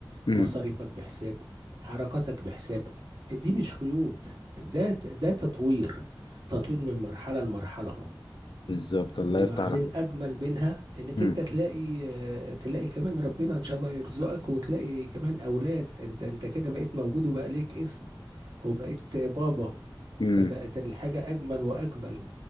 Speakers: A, on the left; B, on the right.
A: مم.
B: مصاريفك بحساب حركاتك بحساب دي مش قيود ده ده تطوير تطوير من مرحله لمرحله
A: بالظبط الله
B: وبعدين
A: يفتح عليك
B: اجمل منها انك
A: مم.
B: انت تلاقي آه، تلاقي كمان ربنا ان شاء الله يرزقك وتلاقي كمان اولاد انت انت كده بقيت موجود وبقى ليك اسم وبقيت بابا
A: مم.
B: فبقت الحاجة اجمل واجمل